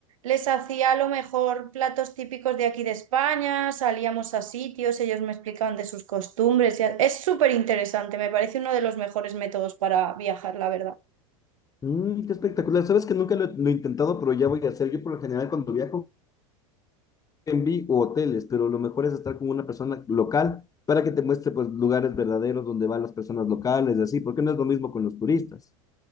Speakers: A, on the right; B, on the left.
A: les hacía a lo mejor platos típicos de aquí de España, salíamos a sitios, ellos me explicaban de sus costumbres. y a- Es súper interesante, me parece uno de los mejores métodos para viajar, la verdad.
B: Mm, qué espectacular. Sabes que nunca lo, he lo he intentado, pero ya voy a hacer. Yo por lo general cuando viajo, Airbnb o hoteles, pero lo mejor es estar con una persona local para que te muestre pues lugares verdaderos donde van las personas locales y así, porque no es lo mismo con los turistas.